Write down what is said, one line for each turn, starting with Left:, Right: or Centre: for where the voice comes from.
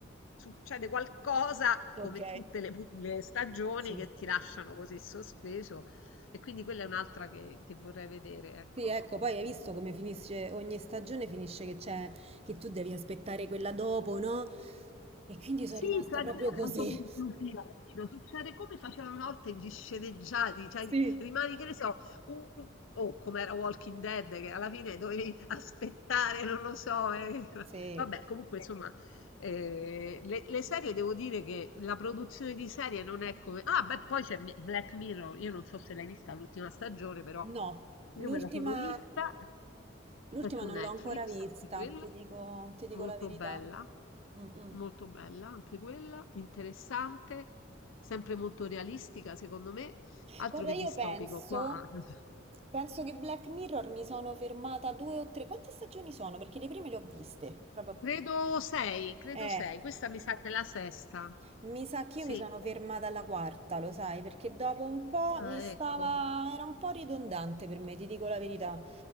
Left: succede qualcosa
Right: Ok.
Left: come tutte le, pu- le stagioni
Right: Sì.
Left: che ti lasciano così sospeso e quindi quella è un'altra che che vorrei vedere, ecco.
Right: Sì, ecco, poi hai visto come finisce ogni stagione, finisce che c'è, che tu devi aspettare quella dopo, no? E quindi
Left: Sì,
Right: sono rimasta
Left: cioè
Right: proprio
Left: non è
Right: così.
Left: autoconclusiva, capito, succede come facevano una volta gli sceneggiati, cioè
Right: Sì.
Left: rimani, che ne so, un o come era Walking Dead, che alla fine dovevi <laughs> aspettare, non lo so, eh. <laughs>
Right: Sì,
Left: Vabbè, comunque Sì. insomma, eh, le, le serie devo dire che la produzione di serie non è come... Ah, beh, poi c'è Mi- Black Mirror, io non so se l'hai vista l'ultima stagione, però
Right: no,
Left: io
Right: l'ultima
Left: me la sono vista,
Right: l'ultima
Left: è su
Right: non
Left: Netflix,
Right: l'ho ancora vista,
Left: anche quella,
Right: ti dico, ti dico
Left: molto
Right: la verità.
Left: bella.
Right: Mm, mm.
Left: Molto bella anche quella, interessante, sempre molto realistica secondo me, altro
Right: Guarda,
Left: che
Right: io
Left: distopico
Right: penso,
Left: qua. <laughs>
Right: penso che Black Mirror mi sono fermata due o tre. Quante stagioni sono? Perché le prime le ho viste, proprio.
Left: Credo sei, credo
Right: Eh,
Left: sei, questa mi sa che è la sesta.
Right: Mi sa che
Left: Sì,
Right: io mi sono fermata alla quarta, lo sai, perché dopo un po'
Left: ah,
Right: mi stava...
Left: ecco.
Right: era un po' ridondante per me, ti dico la verità.